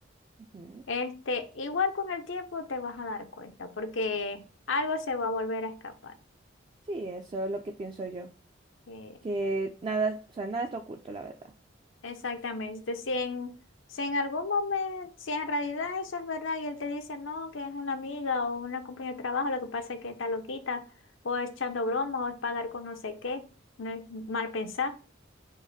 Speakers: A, on the right; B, on the left.
A: Ujú.
B: este, igual con el tiempo te vas a dar cuenta, porque algo se va a volver a escapar.
A: Sí, eso es lo que pienso yo.
B: Eh,
A: Que nada, o sea, nada está oculto, la verdad.
B: Exactamente. Si en, si en algún momento, si en realidad eso es verdad y él te dice no, que es una amiga o una compañera de trabajo, lo que pasa es que está loquita o es echando broma o es para dar con no sé qué, no es mal pensar.